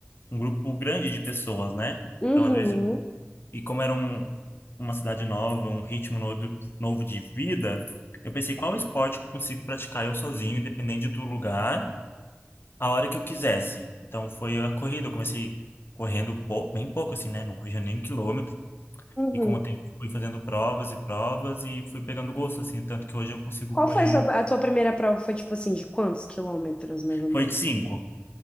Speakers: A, on the left (about 55°); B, on the left (about 25°).
A: um grupo grande de pessoas, né?
B: Uhum.
A: Então às vezes eu, e como era um, uma cidade nova, um ritmo novo, novo de vida, eu pensei qual esporte eu consigo praticar eu sozinho, independente do lugar, a hora que eu quisesse. Então foi a corrida, eu comecei correndo pou- bem pouco assim, né? Não corria nem um quilômetro.
B: Uhum.
A: E com o tempo fui fazendo provas e provas e fui pegando gosto, assim, tanto que hoje eu consigo
B: Qual
A: correr.
B: foi a sua, a tua primeira prova? Foi tipo assim, de quantos quilômetros, mais ou menos?
A: Foi de cinco